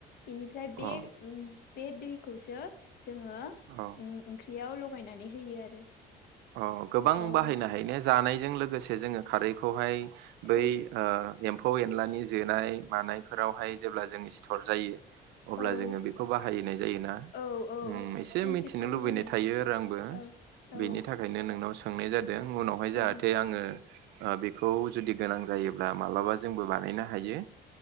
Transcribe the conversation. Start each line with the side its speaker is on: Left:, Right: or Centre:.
Left: बेनिफ्राय
Right: अ
Left: बे बे दै खौसो जोङो
Right: अ
Left: उम ओंख्रियाव लगायनानै होयो आरो
Right: औ गोबां
Left: अ
Right: बाहायनो हायो ने जानाय जों लोगोसे जोङो खारैखौहाय बै
Left: औ
Right: ओ एम्फौ एनलानि जोनाय मानायफोरावहाय जेब्ला जों सिथर जायो अब्ला
Left: औ
Right: जोङो बेखौ बाहायोनाय जायोना
Left: औ औ
Right: उम एसे
Left: नों
Right: मिथिनो
Left: थिगखौनो
Right: लुबैनाय
Left: बुंदों
Right: थायो आरो आंबो
Left: औ औ
Right: बेनि नोंनाव सोंनाय जादों उनावहाय
Left: औ
Right: जाहाथे आङो बेखौ जुदि गोनां जायोब्ला माब्लाबा जोंबो बानायनो हायो